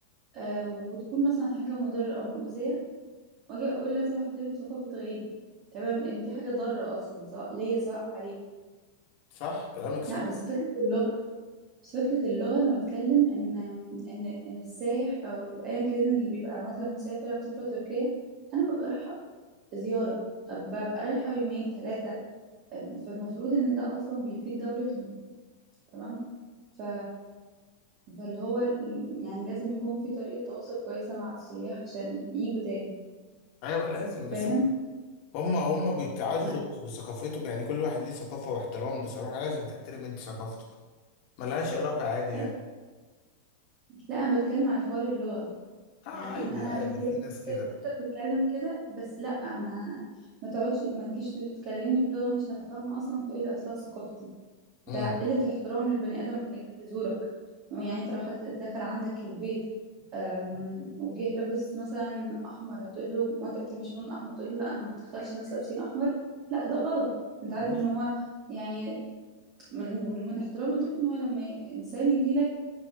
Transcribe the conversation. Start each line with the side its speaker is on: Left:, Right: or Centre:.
Right: آه، وتكون مثلا حاجة مضرة أو مؤذية واجي اقول لازم احترم ثقافة غيري تمام لان دي حاجة ضارة اصلا سواء ليا سواء عليا
Left: صح كلامك صح
Right: لا بس فكرة اللغة بس فكرة اللغة انا بتكلم ان ان ان السايح او ايا كان اللي بيبقى مثلا مسافر انا مسافرة تركيا انا ببقى رايحة زيارة ببقى رايحة يومين ثلاثة فالمفروض ان ده اصلا بيفيد دولتهم تمام ف فاللي هو ال- يعني لازم يكون في طريقة تواصل كويسة مع السياح عشان يجوا تاني
Left: ايوه لازم
Right: فاهم
Left: بس هم هم بيتعزوا
Right: ما-
Left: بثقافتهم يعني كل واحد ليه ثقافة واحترام بصراحة لازم تحترم انت ثقافته ملهاش علاقة عادي
Right: اي
Left: يعني
Right: لا انا بتكلم على حوار اللغة
Left: اه
Right: يعني
Left: عادي
Right: إن انا
Left: عادي
Right: هحترم
Left: في ناس
Right: هحترم
Left: كده
Right: ان انت بتتكلم كده بس لا ما ما تقعدش ما تجيش تكلمني بلغة مش هفهمها اصلا وتقول لي اصلها ثقافتي ده
Left: امم
Right: قلة احترام للبني ادم اللي جاي يزورك يعني انت لو حد دخل عندك البيت أم، وجه لابس مثلا احمر هتقول له وانت بتحبش اللون الاحمر تقول له لا انا ما بدخلش ناس لابسين احمر لا ده غلط انت عارف
Left: لا
Right: ان هو يعني من, من احترام الضيف ان هو لما ي- انسان يجي لك